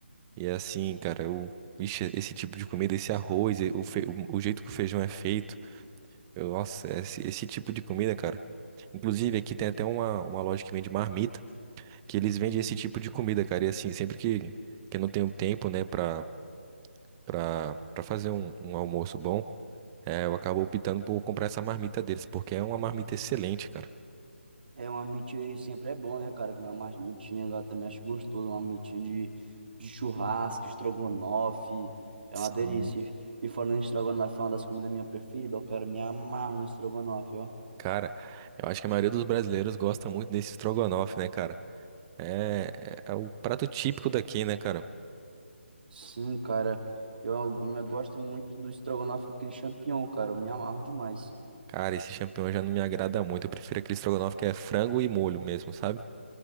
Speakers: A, on the right; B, on the right.
A: E é assim, cara, eu Vixe, esse tipo de comida, esse arroz, e o, fe- o, o jeito que o feijão é feito. Eu, nossa, esse, esse tipo de comida, cara. Inclusive, aqui tem até uma, uma loja que vende marmita. que eles vendem esse tipo de comida, cara. E assim, sempre que, que eu não tenho tempo, né, pra, pra, pra fazer um, um almoço bom, é, eu acabo optando por comprar essa marmita deles, porque é uma marmita excelente, cara.
B: É, uma mitinha sempre é bom, né, cara? Comer uma mitinha, eu também acho gostoso, uma mitinha de, de churrasco, estrogonofe, é
A: Sim.
B: uma delícia. E falando em estrogonofe, é uma das comidas minha preferida, ó, cara, me amarro no estrogonofe, ó.
A: Cara, eu acho que a maioria dos brasileiros gosta muito desse estrogonofe, né, cara? É, é, é o prato típico daqui, né, cara?
B: Sim, cara, eu, eu gosto muito do estrogonofe com aquele champignon, cara, eu me amarro demais.
A: Cara, esse champignon já não me agrada muito. Eu prefiro aquele estrogonofe que é frango e molho mesmo, sabe?